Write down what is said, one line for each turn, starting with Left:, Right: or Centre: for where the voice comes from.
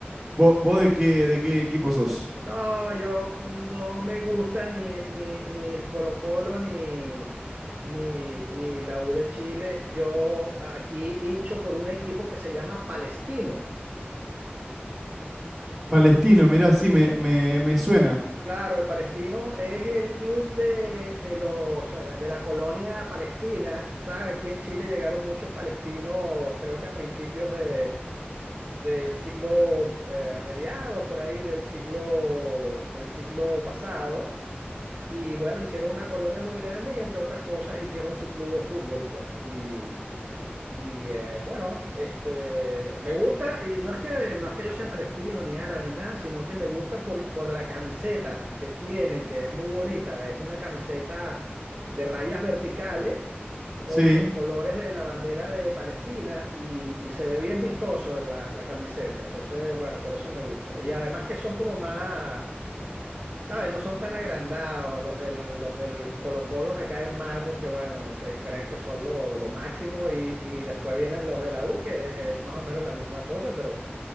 Centre: ¿Vos, vos de qué, de qué equipo sos?
Right: No, yo no me gusta ni, ni, ni el Colo-Colo ni, ni, ni la U de Chile. Yo aquí hincho por un equipo que se llama Palestino.
Centre: Palestino, mirá, sí, me, me, me suena.
Right: Claro, el Palestino es el club de, de los, eh, de la colonia palestina, que tú sabes, aquí en Chile llegaron muchos palestinos, creo que a principios de, del siglo, eh, mediados por ahí del siglo, del siglo pasado, y bueno, hicieron una colonia muy grande y entre otras cosas hicieron su club de fútbol, pues, y, y eh, bueno, este, me gusta, y no es que, no es que yo sea palestino, ni árabe, ni nada, sino que me gusta por, por la camiseta que tiene, que es muy bonita. Es una camiseta de rayas verticales con
Centre: Sí,
Right: los colores de la bandera de Palestina y, y se ve bien vistoso en la, la camiseta. Entonces, bueno, por eso me gusta. Y además que son como más ¿Sabes? No son tan agrandados. Los del, los del Colo-Colo me caen mal porque, bueno, se creen que son lo, lo máximo y, y después vienen los de la U, que es más o menos la misma cosa, pero